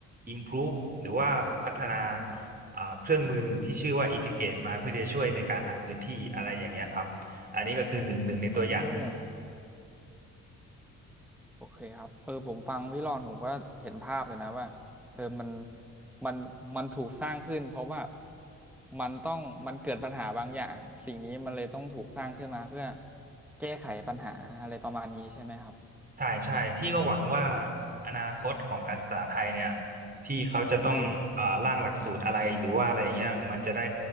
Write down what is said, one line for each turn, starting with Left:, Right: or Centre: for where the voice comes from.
Right: improve หรือว่าพัฒนาอ่าเครื่องมือที่ชื่อว่า Integrate มาเพื่อจะช่วยในการหาพื้นที่อะไรอย่างเงี้ยครับอันนี้ก็คือหนึ่งหนึ่งในตัวอย่าง
Centre: อ๋อโอเคครับเออผมฟังพี่รอนผมก็เห็นภาพอยู่นะว่าเออมันมันมันถูกสร้างขึ้นเพราะว่ามันต้องมันเกิดปัญหาบางอย่างสิ่งนี้มันเลยต้องถูกสร้างขึ้นมาเพื่อแก้ไขปัญหาอะไรประมาณนี้ใช่ไหมครับ
Right: ใช่ใช่พี่ก็หวังว่าอนาคตของการศึกษาไทยเนี่ยที่เขาจะต้องเอ่อร่างหลักสูตรอะไรหรือว่าอะไรอย่างเงี้ยมันจะได้
Centre: อืม